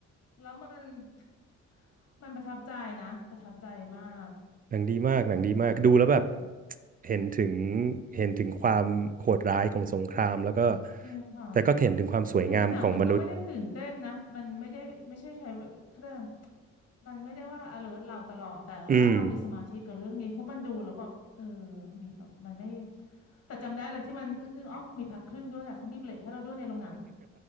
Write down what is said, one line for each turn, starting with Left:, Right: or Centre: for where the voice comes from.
Left: แล้วมัน <laughs> มันประทับใจนะประทับใจมาก
Right: หนังดีมากหนังดีมากดูแล้วแบบเห็นถึงเห็นถึงความโหดร้ายของสงครามแล้วก็
Left: จริงค่ะ
Right: แต่ก็เห็นถึงความสวยงามของมนุษย์
Left: ทั้งที่หนังมันก็ไม่ได้ตื่นเต้นนะมันไม่ได้ไม่ใช่ใช้เครื่องมันไม่ได้ว่า alert เราตลอดแต่ว่าเรามีสมาธิกับเรื่องนี้เพราะมันดูแล้วแบบเออ
Right: อืม
Left: มีแบบมันไม่แต่จำได้เลยที่มันอึ้งอึ้งอ๋อมีพักครึ่งด้วยอะเขามีเบรกให้เราด้วยในโรงหนัง